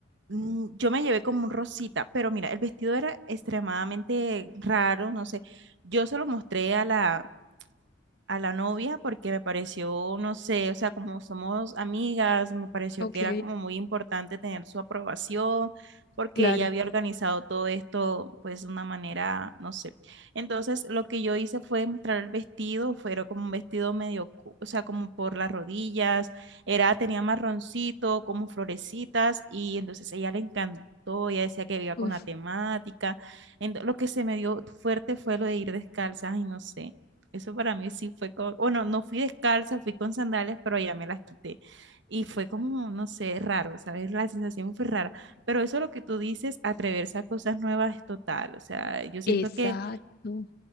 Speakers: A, on the right; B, on the left.
A: mm, Yo me llevé como un rosita, pero mira, el vestido era extremadamente raro, no sé. Yo se lo mostré a la, a la novia porque me pareció, no sé, o sea, como somos amigas, me pareció
B: Ok,
A: que era como muy importante tener su aprobación porque
B: claro.
A: ella había organizado todo esto pues de una manera, no sé. Entonces, lo que yo hice fue mostrar el vestido, fue era como un vestido medio, cu- o sea, como por las rodillas, era tenía marroncito, como florecitas y entonces a ella le encantó. Ella decía que iba
B: Uf,
A: con la temática. Ento- lo que se me dio fuerte fue lo de ir descalzas y no sé. Eso para mí sí fue como, bueno, no fui descalza, fui con sandalias, pero ya me las quité. Y fue como, no sé, raro, ¿sabes? La sensación fue rara. Pero eso es lo que tú dices, atreverse a cosas nuevas es total. O sea, yo siento
B: exacto.
A: que